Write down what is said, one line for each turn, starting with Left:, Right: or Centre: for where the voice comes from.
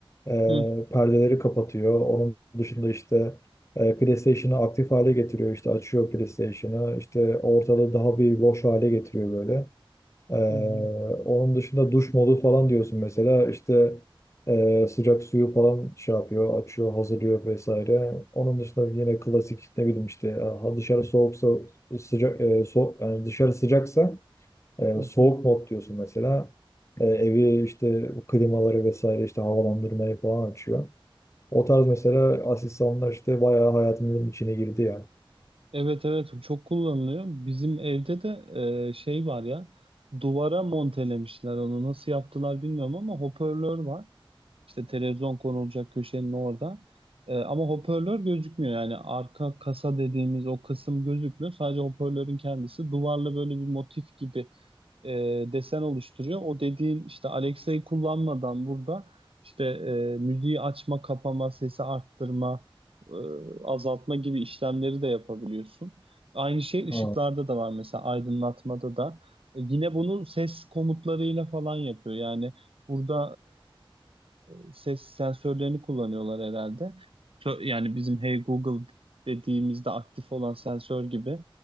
Left: Ee,
Right: Hı.
Left: perdeleri kapatıyor. Onun dışında işte e, PlayStation'ı aktif hale getiriyor. İşte açıyor PlayStation'ı. İşte ortalığı daha bir loş hale getiriyor böyle. Ee,
Right: Hı hı.
Left: onun dışında duş modu falan diyorsun mesela işte e, sıcak suyu falan şey yapıyor, açıyor, hazırlıyor vesaire. Onun dışında yine klasik ne bileyim işte e, ha dışarı soğuksa sıcak e, so yani dışarı sıcaksa e,
Right: Hı
Left: soğuk
Right: hı.
Left: mod diyorsun mesela. E, evi işte bu klimaları vesaire işte havalandırmayı falan açıyor. O tarz mesela asistanlar işte bayağı hayatımızın içine girdi ya.
Right: Evet evet çok kullanılıyor. Bizim evde de e, şey var ya duvara montelemişler onu nasıl yaptılar bilmiyorum ama hoparlör var. İşte televizyon konulacak köşenin orada. E, ama hoparlör gözükmüyor yani arka kasa dediğimiz o kısım gözükmüyor. Sadece hoparlörün kendisi duvarla böyle bir motif gibi e, desen oluşturuyor. O dediğin işte Alexa'yı kullanmadan burada işte e, müziği açma, kapama, sesi arttırma, e, azaltma gibi işlemleri de yapabiliyorsun. Aynı şey ışıklarda
Left: Ha,
Right: da var mesela aydınlatmada da. E, yine bunu ses komutlarıyla falan yapıyor. Yani burada e, ses sensörlerini kullanıyorlar herhalde. Sö- Yani bizim Hey Google dediğimizde aktif olan sensör gibi.